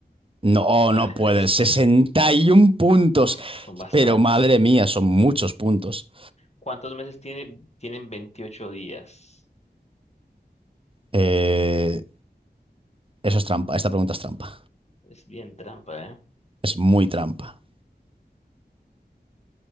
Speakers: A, on the right; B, on the left.
A: No,
B: Ah,
A: no puede.
B: era- es-
A: sesenta
B: <laughs>
A: y un puntos.
B: uf, son bastantes.
A: Pero madre mía, son muchos puntos.
B: ¿Cuántos meses tiene? Tienen 28 días.
A: Eh, eso es trampa. Esta pregunta es trampa.
B: Es bien trampa, eh
A: Es muy trampa.